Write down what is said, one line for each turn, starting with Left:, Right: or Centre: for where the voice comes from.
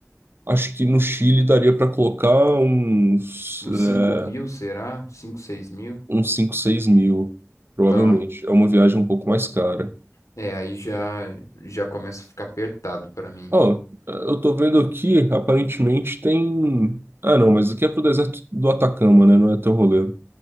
Right: acho que no Chile daria para colocar uns,
Left: Uns
Right: eh,
Left: 5 mil, será? cinco 6 mil?
Right: uns 5 6 mil, provavelmente.
Left: Tá.
Right: É uma viagem um pouco mais cara.
Left: É, aí já, já começa a ficar apertado pra mim.
Right: Ó, eu tô vendo aqui, aparentemente tem. Ah, não, mas aqui é pro deserto do Atacama, né? Não é teu rolê.